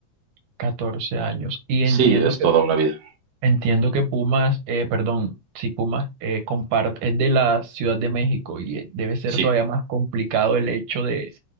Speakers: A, on the right (about 80°); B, on the right (about 55°).
A: 14 años. Y entiendo
B: Sí, es
A: que
B: toda una vida.
A: Entiendo que Pumas, eh, perdón, si Pumas eh, comparte, es de la Ciudad de México y eh, debe ser
B: Sí,
A: todavía más complicado el hecho de,